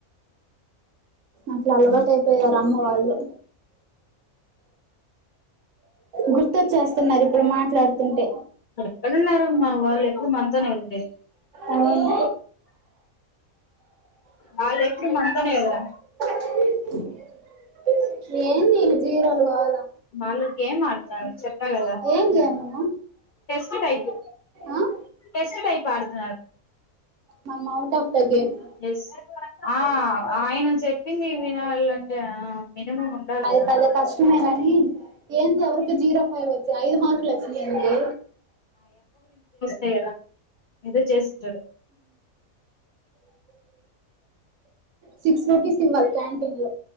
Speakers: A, on the right; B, on the left.
A: అట్లా అలవాటు అయిపోయారు అమ్మ వాళ్ళు గుర్తొచ్చేస్తున్నారు ఇప్పుడు మాట్లాడుతుంటే
B: ఎక్కడున్నారు మా వాళ్ళు ఎప్పుడు మనతోనే కదా ఉండేది
A: అవును
B: వాళ్ళు ఎప్పుడు మనతోనే కదా
A: <inaudible> ఏంది ఇల జీరాలు కావాలా
B: బాలు గేమ్ ఆడుతున్నారు చెప్పా కదా
A: ఏం గేము
B: టెస్ట్ టైప్
A: ఆ
B: టెస్ట్ టైప్ ఆడుతున్నారు
A: మనం out of the game
B: yes ఆ ఆయన చెప్పింది వినాలి అంటే ఆ మినిమం ఉండాలి
A: అది
B: కదా
A: పెద్ద కష్టమే కానీ ఏంది ఎవరికొ జీరో ఫోర్ వచ్చయ్ ఐదు మార్క్ లు వచ్చినయ్ ఎంది
B: లేదా ఏదో చేసింటాడు
A: సిక్స్ రూపీస్ ఇవ్వాల్ల క్యాంటీన్ లో